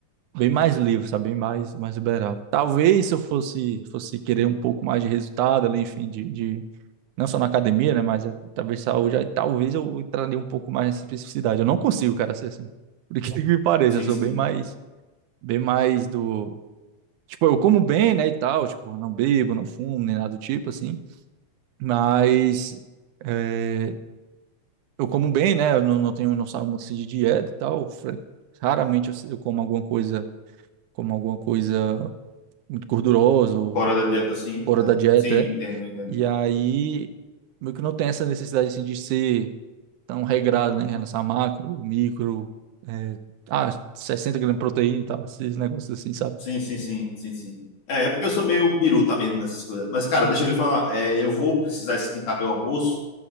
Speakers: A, on the right; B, on the left.
A: bem mais livre, sabe? Bem mais, mais liberal. Talvez se eu fosse, fosse querer um pouco mais de resultado ali, enfim, de, de não só na academia, né? Mas eh, talvez saúde, aí talvez eu entraria um pouco mais nessa especificidade. Eu não consigo, cara, ser assim. Por que que me pareça,
B: Sim,
A: eu sou
B: sim.
A: bem mais, bem mais do. Tipo, eu como bem, né, e tal, tipo, não bebo, não fumo, nem nada do tipo, assim, mas eh, eu como bem, né, eu não, não tenho, não saio muito assim de dieta e tal, fre- raramente eu, eu como alguma coisa, como alguma coisa muito gorduroso,
B: Fora da dieta, sim.
A: fora
B: É,
A: da dieta,
B: sim,
A: é.
B: entendo, entendo.
A: E aí, meio que não tem essa necessidade, assim, de ser tão regrado, né, em relação a macro, micro, é, ah, 60 gramas de proteína e tal, esses negócios assim, sabe?
B: Sim, sim, sim, sim, sim. É, é porque eu sou meio biruta mesmo nessas coisas. Mas, cara, deixa eu lhe falar. é, eu vou precisar esquentar meu almoço